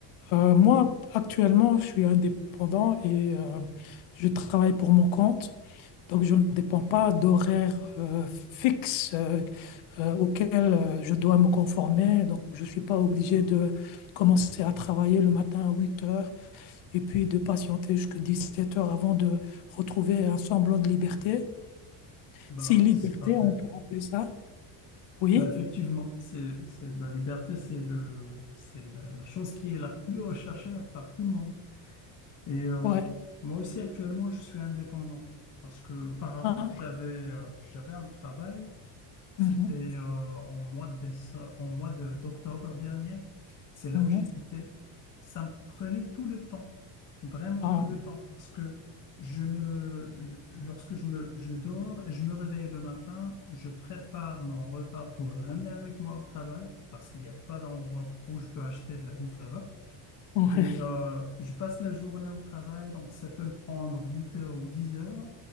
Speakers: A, on the left; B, on the left.
A: Euh, moi, actuellement, je suis indépendant et euh, je travaille pour mon compte. Donc, je ne dépends pas d'horaires euh, fixes euh, euh, auxquels euh, je dois me conformer. Donc, je ne suis pas obligé de commencer à travailler le matin à 8 heures et puis de patienter jusqu'à 17 heures avant de retrouver un semblant de liberté.
B: Ben,
A: Si liberté,
B: c'est parfait.
A: on peut appeler ça. Oui,
B: Ben, effectivement, c'est, c'est la liberté, c'est le, c'est la la chose qui est la plus recherchée par tout le monde. Et euh,
A: ouais.
B: moi aussi, actuellement, je suis indépendant parce que auparavant,
A: Ah,
B: j'avais euh, j'avais un travail, c'était
A: mhm,
B: euh, en mois de déce- en mois de- d'octobre dernier. C'est là
A: mhm.
B: où j'ai quitté. Ça me prenait tout le temps, vraiment
A: Ah.
B: tout le temps, parce que je me, je- lorsque je me, je dors et je me réveille le matin, je prépare mon repas pour le ramener avec moi au travail parce qu'il n'y a pas d'endroit où je peux acheter de la bouffe là-bas.
A: Ouais.
B: Et euh, je passe la journée au travail, donc ça peut me prendre 8 heures ou 10 heures.